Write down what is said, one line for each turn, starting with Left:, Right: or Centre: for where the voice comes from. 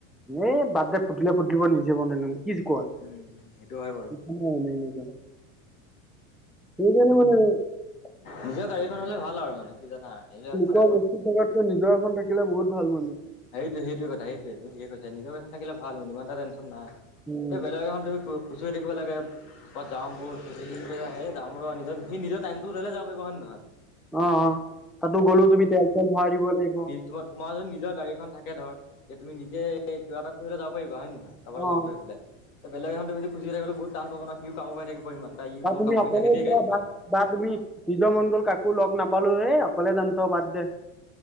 Centre: এ বাদ দে ফুটিলে ফুটিব। নিজে বনাই লম কিচ কোৱা।
Left: উম সেইটো হয় বাৰু
Centre: অ এনেই এনেকুৱা। <unintelligible>
Left: নিজৰ গাড়ীখন হ'লে ভাল আৰু মানে কি জানা এই যে এইখন
Centre: <unintelligible> থকাতকৈ নিজৰ এখন থাকিলে বহুত ভাল মানে।
Left: সেইটোৱে সেইটো কথা। সেইটোৱে তুমি ঠিকে কৈছা। নিজৰ গাড়ীখন থাকিলে ভাল মানে ইমান এটা টেনচন নাই।
Centre: উম
Left: এ বেলেগ এখন তুমি খু-খুচৰি থাকিব লাগে। ক'বাত যাওঁ বল <unintelligible> সেই যাম ৰহ নিজ সি নিজৰ টাইম ওললে যাব পাৰিব হয় নে নহয়?
Centre: অ', অ', তাতো গ'লোও তুমি তেল চেল ভৰাই দিব লাগিব।
Left: তোমাৰ-তোমাৰ যদি নিজৰ গাড়ীখন থাকে ধৰ, এতিয়া তুমি নিজে কিবা এটা কৰিলৈ যাব পাৰিবা হয় নে নহয়? কাৰোবাৰ
Centre: অ
Left: লগত গৈ। তে পেলাই বলেগ এখন তুমি খুজি থাকিলে বহু টান পাব ন ইও কামোৰ পাই থাকিব ইমান টা ই
Centre: বা
Left: বৰ
Centre: তুমি
Left: কামৰি
Centre: অকলে
Left: থাকে দেই
Centre: যোৱা
Left: গাড়ীখনৰ
Centre: বা
Left: কাৰণে।
Centre: বা তুমি নিজৰ মন গ'ল কাকো লগ নাপালোঁ এই অকলে জাম থ বাদ দে।